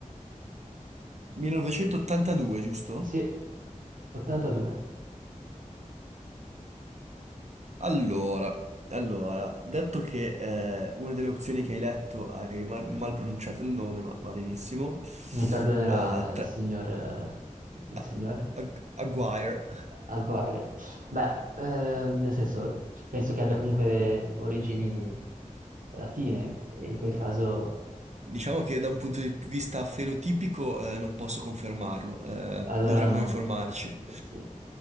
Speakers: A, on the right (about 55°); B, on the right (about 85°).
A: 1982, giusto?
B: Sì, 82.
A: Allora, allora, detto che eh, una delle opzioni che hai letto hai mar- mal pronunciato il nome, ma va benissimo.
B: Mi perdonerà,
A: Eh, tra-
B: eh, signor, eh, il
A: a-
B: signor
A: a- Aguirre.
B: Alcoair. Beh, eh, nel senso, penso che abbia comunque le origini latine, e in quel caso,
A: Diciamo che da un punto di vista fenotipico, eh, non posso confermarlo, eh,
B: allora
A: dovremmo
B: non...
A: informarci.
B: Sì.